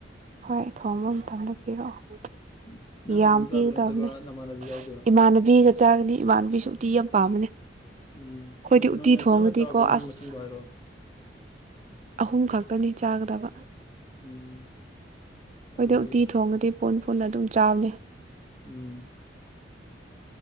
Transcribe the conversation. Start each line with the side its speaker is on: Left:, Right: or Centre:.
Right: ꯍꯣꯏ ꯊꯣꯡꯕ ꯃꯇꯝꯗ ꯄꯤꯔꯛꯑꯣ
Left: <unintelligible> ꯅꯇꯣꯝ
Right: ꯌꯥꯝ
Left: ꯆꯥꯗꯣꯏꯔꯣ
Right: ꯄꯤꯒꯗꯕꯅꯦ
Left: ꯅꯠꯇ꯭ꯔꯒ ꯅꯃꯥꯟꯅꯕꯤ ꯌꯥꯎꯗꯣꯏꯔꯣ
Right: ꯏꯃꯥꯟꯅꯕꯤꯒ ꯆꯥꯒꯅꯤ ꯏꯃꯥꯟꯅꯕꯤꯁꯨ ꯎꯇꯤ ꯌꯥꯝ ꯄꯥꯝꯕꯅꯦ ꯑꯩꯈꯣꯏꯗꯤ
Left: ꯎꯝ ꯑꯗꯨ
Right: ꯎꯇꯤ
Left: ꯅꯣꯏꯅ ꯅꯪꯅ
Right: ꯊꯣꯡꯉꯗꯤꯀꯣ
Left: ꯆꯥꯎꯔꯥꯛꯄ ꯃꯤ
Right: ꯑꯁ
Left: ꯃꯁꯤꯡꯗꯣ ꯍꯥꯏꯔꯛꯑꯣ
Right: ꯑꯍꯨꯝ ꯈꯛꯇꯅꯤ ꯆꯥꯒꯗꯕ
Left: ꯎꯝ
Right: ꯑꯩꯈꯣꯏꯗ
Left: ꯑꯗꯨꯑꯣꯏꯗꯤ
Right: ꯎꯇꯤ ꯊꯣꯡꯉꯗꯤ ꯄꯨꯟ ꯄꯨꯨꯨꯟꯅ ꯑꯗꯨꯝ ꯆꯥꯕꯅꯤ
Left: ꯎꯝ